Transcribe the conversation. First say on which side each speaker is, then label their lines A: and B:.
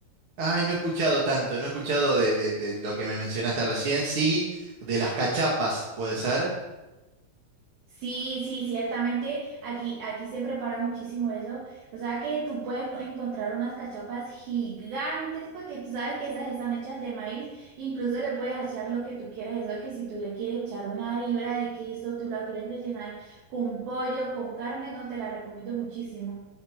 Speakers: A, on the right (about 45°); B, on the right (about 70°).
A: Ay, no he escuchado tanto, no he escuchado de, de de lo que me mencionaste recién, sí, de las cachapas, puede ser.
B: Sí, sí, ciertamente aquí, aquí se prepara muchísimo eso. O sea que tú puedes encontrar unas cachapas gigantes porque tú sabes que esas están hechas de maíz. Incluso le puedes echar lo que tú quieras. Eso que si tú le quieres echar una libra de queso, tú la quieres rellenar con pollo, con carne, no te la recomiendo muchísimo.